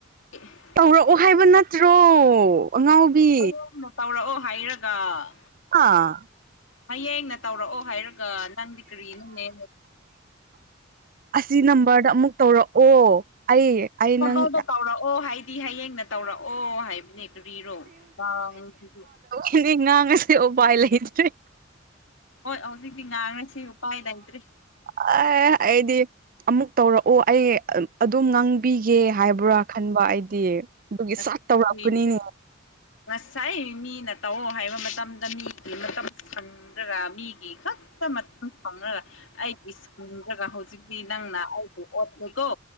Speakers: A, on the left; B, on the right.
A: ꯍ <inaudible>
B: ꯇꯧꯔꯛꯑꯣ ꯍꯥꯏꯕ ꯅꯠꯇ꯭ꯔꯣ ꯑꯉꯥꯎꯕꯤ
A: ꯍꯌꯦꯡꯅ ꯇꯧꯔꯛꯑꯣ ꯍꯥꯏꯔꯒ
B: ꯑꯥ
A: ꯍꯌꯦꯡꯅ ꯇꯧꯔꯛꯑꯣ ꯍꯥꯏꯔꯒ ꯅꯪꯗꯤ ꯀꯔꯤꯅꯣꯅꯦ
B: ꯑꯁꯤ ꯅꯝꯕꯔꯗ ꯑꯃꯨꯛ ꯇꯧꯔꯛꯑꯣ ꯑꯩ ꯑꯩ
A: ꯀꯗꯥꯎꯗ
B: ꯅꯪ
A: <unintelligible> ꯇꯧꯔꯛꯑꯣ ꯍꯥꯏꯗꯤ ꯍꯌꯦꯡ ꯅꯠꯇꯦ ꯇꯧꯔꯛꯑꯣ ꯍꯥꯏꯕꯅꯦ ꯀꯔꯤꯔꯣ ꯅꯪꯁꯤꯁꯨ
B: ꯍꯧꯖꯤꯛꯪꯉꯥꯡꯉꯁꯨ ꯎꯄꯥꯏ ꯂꯩꯇ꯭ꯔꯦ
A: ꯍꯣꯏ ꯍꯧꯖꯤꯛꯇꯤ ꯉꯥꯡꯔꯁꯤ ꯎꯄꯥꯏ ꯂꯩꯇ꯭ꯔꯤ
B: ꯑꯥ ꯑꯩꯗꯤ ꯑꯃꯨꯛ ꯇꯧꯔꯛꯑꯣ ꯑꯩ ꯑꯗꯨꯝ ꯉꯥꯡꯕꯤꯒꯦ ꯍꯥꯏꯕ꯭ꯔꯥ ꯈꯟꯕ ꯑꯩꯗꯤ ꯑꯗꯨꯒꯤ
A: ꯑ
B: ꯁꯠ ꯇꯧꯔꯛꯄꯅꯤꯅꯦ
A: <unintelligible> ꯉꯁꯥꯏ ꯃꯤꯅ ꯇꯧ ꯍꯥꯏꯕ ꯃꯇꯝꯗ ꯃꯤꯒꯤ ꯃꯇꯝ ꯐꯪ ꯈꯪꯗ꯭ꯔꯒ ꯃꯤꯒꯤ ꯈꯛꯇ ꯃꯇꯝ ꯐꯪꯔꯒ ꯑꯩꯒꯤ ꯏꯁꯤꯡ ꯖꯒ ꯍꯧꯖꯤꯛꯇꯤ ꯅꯪꯅ ꯑꯩꯕꯨ ꯑꯣꯠꯂꯦꯀꯣ